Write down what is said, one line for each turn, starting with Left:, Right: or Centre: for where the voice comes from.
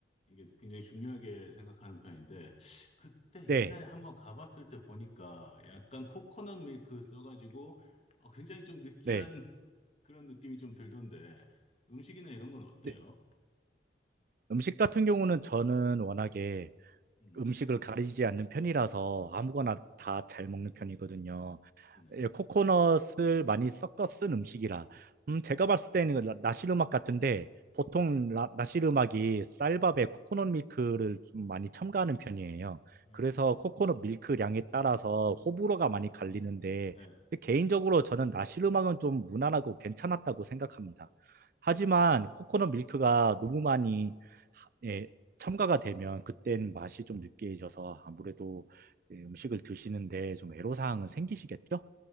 Left: 이게 굉장히 중요하게 생각하는 편인데 그때
Right: 네.
Left: 옛날에 한번 가봤을 때 보니까 약간 코코넛 밀크 써가지고 어, 굉장히 좀 느끼한
Right: 네.
Left: <laughs> 그런 느낌이 좀 들던데 음식이나 이런 건 어때요?
Right: 네, 음식 같은 경우는 저는 워낙에
Left: 음,
Right: 음식을 가리지 않는 편이라서 아무거나
Left: 음,
Right: 다 잘 먹는 편이거든요.
Left: 네네.
Right: 예, 코코넛을 많이 섞어 쓴 음식이라. 음, 제가 봤을 때는 라- 나시르막 같은데 보통
Left: 음,
Right: 라- 나시르막이 쌀밥에 코코넛 밀크를 좀 많이 첨가하는 편이에요.
Left: 음,
Right: 그래서 코코넛 밀크량에 따라서 호불호가
Left: 어,
Right: 많이 갈리는데
Left: 네, 네.
Right: 개인적으로 저는 나시르막은 좀 무난하고 괜찮았다고 생각합니다. 하지만
Left: 어,
Right: 코코넛 밀크가 너무 많이 하- 예, 첨가가 되면 그땐 맛이 좀 느끼해져서 아무래도
Left: 음,
Right: 예, 음식을 드시는데 좀 애로사항은
Left: 음.
Right: 생기시겠죠?